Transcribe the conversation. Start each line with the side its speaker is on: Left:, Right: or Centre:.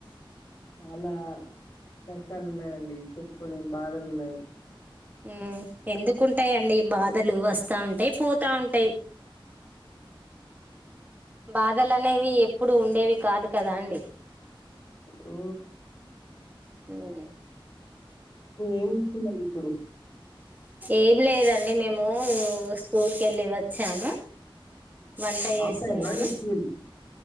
Left: చాలా కష్టాలు ఉన్నాయండి చెప్పుకోలేని బాధలు ఉన్నాయి
Right: ఊ ఎందుకుంటాయిండి బాధలు వస్తా ఉంటాయి పోతా ఉంటాయి బాధలు అనేవి ఎప్పుడు ఉండేవి కాదు కదా అండి
Left: ఊ
Right: ఉమ్
Left: ఏమి తిన్నారు ఇప్పుడు
Right: ఏమి లేదండి మేము స్కూల్ కి వెళ్ళి వచ్చాము వంట
Left: హాఫ్
Right: చేస్తున్నాను
Left: టైమా అండి స్కూల్